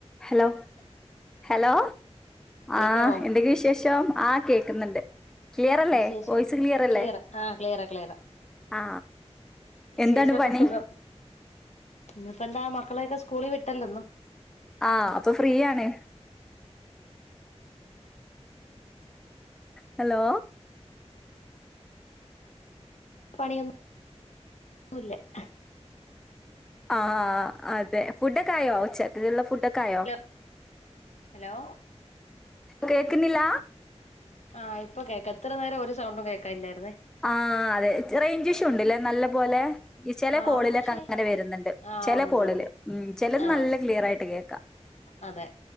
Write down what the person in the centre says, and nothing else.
Hello hello
ആ എന്തൊക്കെ വിശേഷം ആ കേൾക്കുന്നുണ്ട് ക്ലിയർല്ലേ
വോയ്സ് ക്ലിയർ അല്ലേ
ആ
എന്താണ് പണി
ആ അപ്പൊ ഫ്രീയാണ് ഹലോ
ആ അതെ ഫുഡ്ഡൊക്കെ ആയോ ഉച്ചക്കുള്ള ഫുഡ്ഡൊക്കെ ആയോ
കേൾക്കുന്നില്ല
ആ അതെ റേഞ്ച് ഇഷ്യൂ ഉണ്ട്ലേ നല്ല പോലെ ഈ ചില
കോളിലൊക്കെ
അങ്ങനെ വരുന്നുണ്ട്
ചെല
കോളില്
ഉം ചെലത്
നല്ല ക്ലിയർ ആയിട്ട് കേക്കാം